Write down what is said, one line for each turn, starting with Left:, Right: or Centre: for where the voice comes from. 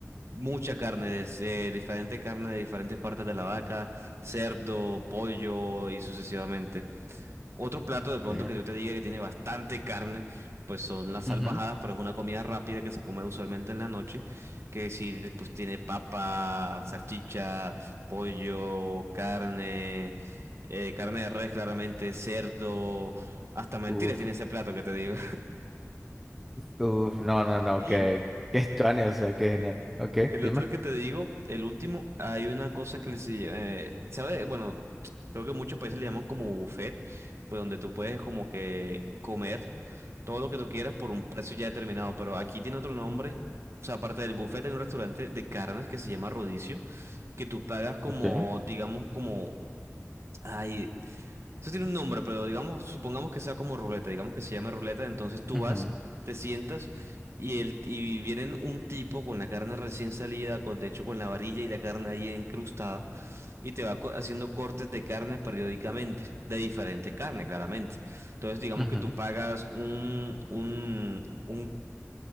Right: Mucha carne, des- eh, diferente carne de diferentes partes de la vaca, cerdo, pollo y sucesivamente. Otro plato
Centre: ok,
Right: de pronto que yo te diga que tiene bastante carne, pues son las salvajadas,
Centre: ujú,
Right: pero es una comida rápida que se come usualmente en la noche, que si pues tiene papa, salchicha, pollo, carne, eh, carne de res claramente, cerdo, hasta mentiras
Centre: Uf,
Right: tiene ese plato que te digo.
Centre: uf, no, no, no,
Right: <laughs>
Centre: que, que estuani, o sea, qué genial. Ok,
Right: El
Centre: dime.
Right: otro que te digo, el último, hay una cosa que les... Eh, ¿sabe? Bueno, creo que muchos países le llaman como buffet, pues donde tú puedes como que comer todo lo que tú quieras por un precio ya determinado, pero aquí tiene otro nombre. O sea, aparte del buffet, hay un restaurante de carnes que se llama Rodicio, que tú pagas como,
Centre: Okay.
Right: digamos, como... Ay, eso tiene un nombre, pero digamos, supongamos que sea como ruleta, digamos que se llame ruleta, entonces tú
Centre: Ujú,
Right: vas, te sientas y el y vienen un tipo con la carne recién salida, con, de hecho con la varilla y la carne ahí encrustada y te va co- haciendo cortes de carne periódicamente, de diferentes carnes, claramente. Entonces, digamos
Centre: ujú.
Right: que tú pagas un un un